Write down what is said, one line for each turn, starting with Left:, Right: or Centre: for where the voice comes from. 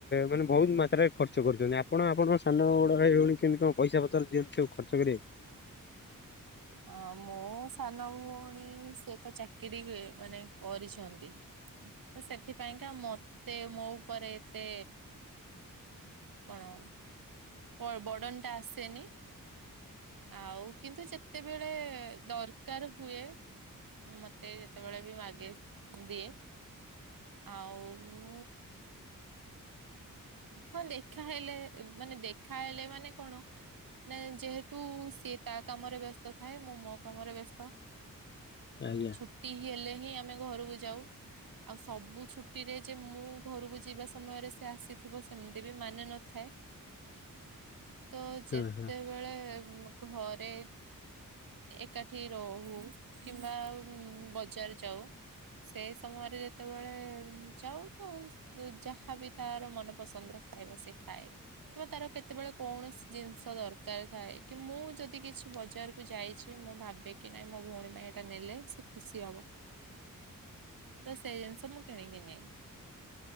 Left: ମାନେ ବହୁତ ମାତ୍ରାରେ ଖର୍ଚ୍ଚ ଖର୍ଚ୍ଚ କରୁଛନ୍ତି। ଆପଣ ଆପଣଙ୍କ ସାନ ଭାଇ ଭଉଣୀକି କେମିତି କଣ ପଇସା ପତର ଦିଅନ୍ତି, ସବୁ ଖର୍ଚ୍ଚ କରିବାକୁ।
Right: ହଁ ମୋ ସାନ ଭଉଣୀ ସେ ତ ଚାକିରି, ମାନେ କରିଛନ୍ତି। ତ ସେଥିପାଇଁକା, ମତେ ମୋ ଉପରେ ଏତେ କଣ ବ-ବର୍ଡନ ଟା ଆସେନି। ଆଉ କିନ୍ତୁ ଯେତେବେଳେ ଦରକାର ହୁଏ। ମତେ ସେତେବେଳେ ବି ମାଗେ ଦିଏ। ଆଉ ହଁ ଦେଖାହେଲେ, ମାନେ ଦେଖାହେଲେ ମାନେ କଣ ନାଇଁ ଯେହେତୁ ସିଏ ତା କାମରେ ବ୍ୟସ୍ତ ଥାଏ, ମୁଁ ମୋ କାମରେ ବ୍ୟସ୍ତ।
Left: ଆଜ୍ଞା।
Right: ଛୁଟି ହେଲେ ହିଁ ଆମେ ଘରୁକୁ ଯାଉ। ଆଉ ସବୁ ଛୁଟିରେ ଯେ ମୁଁ ଘରୁକୁ ଯିବା ସମୟରେ, ସେ ଆସିଥିବ ସେମିତି ବି ମାନେ ନଥାଏ। ତ ଯେତେବେଳେ
Left: ହଁ ହଁ।
Right: ଘରେ ଏକାଠି ରହୁ କିମ୍ବା ବଜାର ଯାଉ। ସେ ସମୟରେ ଯେତେବେଳେ ଯାଉ ତ, ଯାହାବି ତାର ମନପସନ୍ଦର ଖାଇବା ସେ ଖାଏ। କିମ୍ବା ତାର କେତେବେଳେ କୌଣସି ଜିନିଷ ଦରକାର ଥାଏ, କି ମୁଁ ଯଦି କିଛି ବଜାର ଯାଇଛି ମୁଁ ଭାବେ କି, ନାଇଁ ମୋ ଭଉଣୀ ପାଇଁ ଏଇଟା ନେଲେ ସେ ଖୁସି ହବ। ତ ସେଇ ଜିନିଷ ମୁଁ କିଣିକି ନିଏ।